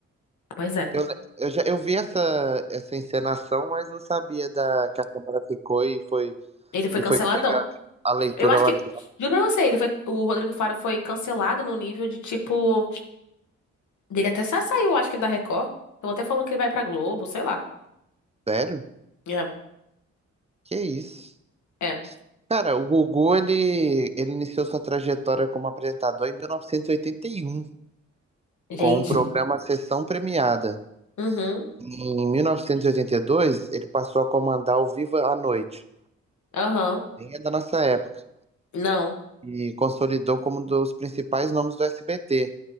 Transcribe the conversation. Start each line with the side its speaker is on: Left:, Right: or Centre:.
Left: Pois é.
Right: Eu, le- eu já eu vi essa, essa encenação, mas não sabia da que a câmera ficou e foi
Left: Ele foi
Right: e
Left: canceladão.
Right: foi pegar a leitura
Left: Eu acho
Right: labial.
Left: que, juro pra você, ele foi, o Rodrigo Faro foi cancelado no nível de tipo, dele até sa- saiu, acho que da Record. Estão até falando que ele vai pra Globo, sei lá.
Right: Sério?
Left: É.
Right: Que isso?
Left: É.
Right: Cara, o Gugu, ele, ele iniciou sua trajetória como apresentador em 1981,
Left: Gente.
Right: com o programa Sessão Premiada.
Left: Uhum.
Right: Em 1982, ele passou a comandar o Viva à Noite,
Left: Aham.
Right: bem é da nossa época,
Left: Não.
Right: e consolidou como um dos principais nomes do SBT.